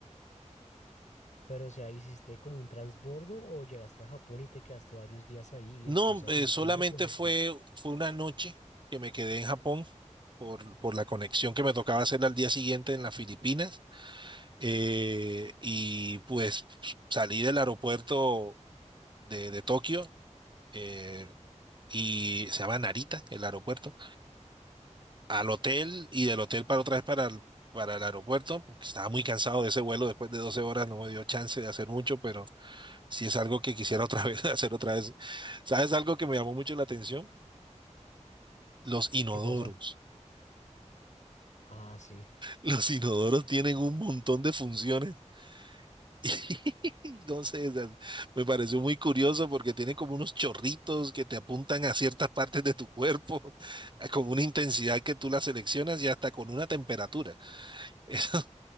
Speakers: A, on the left; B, on the right.
A: Pero o sea, ¿hiciste como un transbordo o llegaste a Japón y te quedaste varios días ahí y
B: No,
A: después a
B: eh,
A: Filipinas
B: solamente
A: o
B: fue,
A: cómo?
B: fue una noche que me quedé en Japón por, por la conexión que me tocaba hacer al día siguiente en las Filipinas. Eh, y pues salí del aeropuerto de, de Tokio eh, y se llama Narita, el aeropuerto, al hotel y del hotel para otra vez para el, para el aeropuerto, porque estaba muy cansado de ese vuelo después de 12 horas, no me dio chance de hacer mucho, pero sí es algo que quisiera otra <laughs> vez hacer otra vez. ¿Sabes algo que me llamó mucho la atención? Los inodoros.
A: ¿Qué cosa? Ah, sí.
B: Los inodoros tienen un montón de funciones <laughs> Entonces sé, me pareció muy curioso porque tiene como unos chorritos que te apuntan a ciertas partes de tu cuerpo <laughs> con una intensidad que tú las seleccionas y hasta con una temperatura. <laughs> Eso,